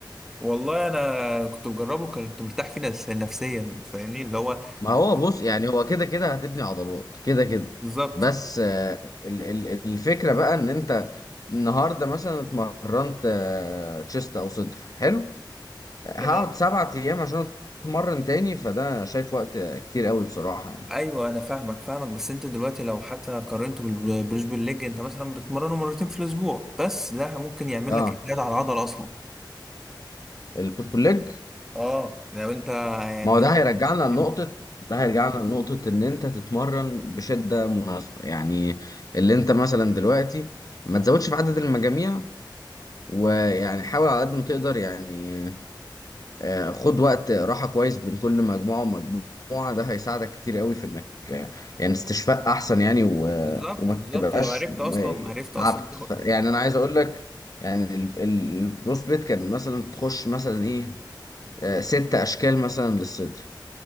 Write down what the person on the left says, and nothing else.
ما هو بص يعني هو كده كده هتبني عضلات كده كده
بس آه، ال- ال- الفكرة بقى ان انت النهارده مثلا اتمرنت تشيست او صدر حلو هقعد
سبعة ايام عشان اتمرن تاني فده شايف وقت كتير قوي بصراحة يعني
اه
البوش بول ليج
ما هو ده هيرجعنا
لنقطة ده هيرجعنا لنقطة ان انت تتمرن بشدة مناسبة يعني اللي انت مثلا دلوقتي ما تزودش في عدد المجاميع ويعني حاول على قد ما تقدر يعني آه، خد وقت راحة كويس بين كل مجموعة ومجموعة ده هيساعدك كتير قوي في انك آه، يعني استشفاء احسن يعني و...
وما
تبقاش
آه،
تعبت
ف- يعني انا عايز اقول لك يعني ال- ال- البروسبيت كان مثلا تخش مثلا ايه آه، ست اشكال مثلا للصدر